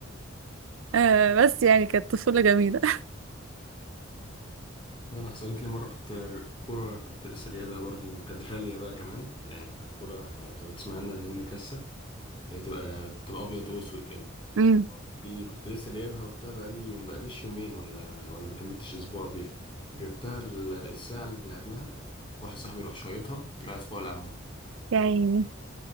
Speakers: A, on the right; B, on the left.
A: آه بس يعني كانت طفولة جميلة <laughs>
B: لا انا حصلت لي مرة كنت كرة كنت لسه جايبها برضو كانت غالية بقى كمان يعني كانت كرة لو تسمع عنها اللي هي مكسة هي تبقى بتبقى ابيض واسود كده
A: امم
B: دي كنت لسه جايبها وبتاع بقالي ما بقاليش يومين ولا ولا ما كملتش اسبوع بيها جبتها ال- الساعة اللي لعبناها واحد صاحبي راح شايطها طلعت فوق العمارة
A: يا عيني